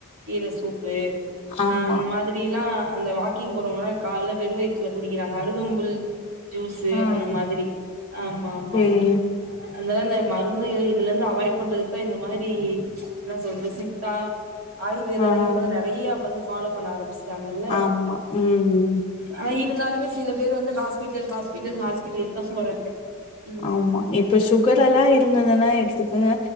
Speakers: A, on the right (about 80°); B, on the left (about 25°).
A: கீர சூப்பு அ
B: ஆமா
A: அந்த மாதிரி எல்லாம் அந்த வாக்கிங் போறவங்கன்னா கால வெடுவயத்துல குடிக்கிறாங்க அருகம்புல் ஜூஸு
B: ஆ
A: அந்த மாதிரி ஆமா ஆமா
B: சேரிங்க
A: அதா இந்த மருந்துகள் இதுல இருந்து அவாய்ட் பண்றதுக்கு தான் இந்த மாதிரி என்ன சொல்றது சித்தா ஆயுர்வேதல்லா
B: ஆஹா
A: இப்பல்லா நெறையா வந்து ஃபாலோ பண்ண ஆரம்பிச் சாங்கல்ல
B: ஆமா. ம்.
A: ஆனா இருந்தாலுமே சில பேரு வந்து ஹாஸ்பிட்டல் ஹாஸ்பிட்டல் ஹாஸ்பிட்டலுக்கு தா போறாங்க ம்
B: ஆமா இப்ப சுகர் எல்லாம் இருந்ததுன்னா எடுத்துக்கங்க